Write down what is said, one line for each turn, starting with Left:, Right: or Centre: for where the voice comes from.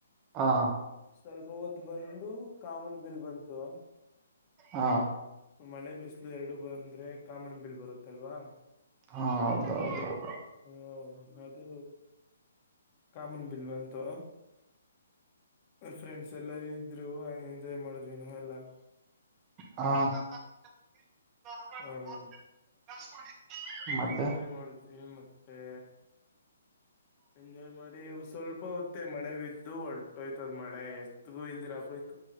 Right: ಹಾ
Left: ಸ್ವಲ್ಪ ಹೊತ್ ಬಂದು ಕಾಮೂನ್ ಬಿಲ್ ಬಂತು.
Right: ಹಾ
Left: ಮಳೆ ಬಿಸಲು ಎರಡು ಬಂದ್ರೆ ಕಾಮನ್ ಬಿಲ್ ಬರುತ್ತಲ್ವಾ.
Right: ಹಾ ಹೌದೌದೌದು.
Left: ಹ ಅದು ಕಾಮನ್ ಬಿಲ್ ಬಂತು. ಫ್ರೆಂಡ್ಸ್ ಎಲ್ಲಾ ಇದ್ರು ಎಂಜಾಯ್ ಮಾಡಿದ್ವಿ ನಾವೇಲ್ಲಾ.
Right: ಹಾ <unintelligible>
Left: ಹ
Right: ಮತ್ತೆ
Left: ಎಂಜಾಯ್ ಮಾಡಿದ್ವಿ ಮತ್ತೆ ಎಂಜಾಯ್ ಮಾಡಿ ಸ್ವಲ್ಪ ಹೊತ್ತೆ ಮಳೆ ಬಿದ್ದು ಒ ಟ್ಟೋಯ್ತದ ಮಳೆ ಎತ್ಗೂ ಇಲ್ದಿರಾಗೋಯ್ತು.